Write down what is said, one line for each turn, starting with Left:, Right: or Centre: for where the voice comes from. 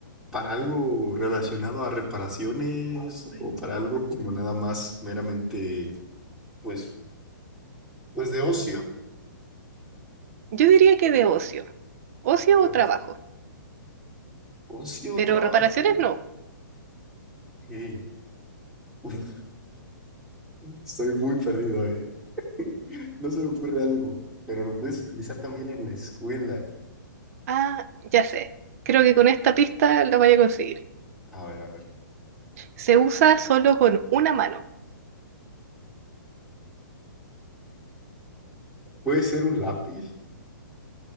Centre: para algo relacionado a reparaciones o para algo como nada más meramente, pues, pues de ocio,
Right: Yo diría que de ocio, ocio
Centre: de
Right: o
Centre: o-
Right: trabajo,
Centre: ocio,
Right: pero
Centre: trabajo.
Right: reparaciones no.
Centre: Sí. <laughs> Estoy muy perdido, ¿eh? No se me ocurre algo, pero lo puedes utilizar también en la escuela.
Right: Ah, ya sé, creo que con esta pista lo voy a conseguir.
Centre: A ver, a ver.
Right: Se usa solo con una mano.
Centre: ¿Puede ser un lápiz?